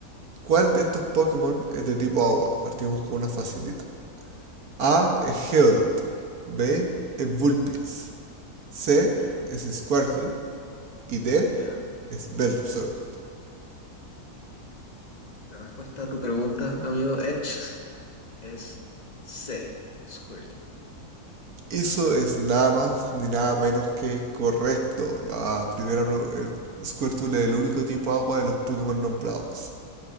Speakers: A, on the right (about 70°); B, on the left (about 30°).
A: ¿Cuál
B: Vale.
A: de estos Pokémon es de tipo agua? Partimos con una facilidad. A es Geodude. B es Vulpix.
B: Mm,
A: C
B: Ya,
A: es Squirtle. Y D
B: ya.
A: es Bellsprout.
B: La respuesta a tu pregunta, amigo Edge, es C, Squirtle.
A: Eso es nada más ni nada menos que correcto. La primera el Squirtle es el único tipo agua de los Pokémon nombrados.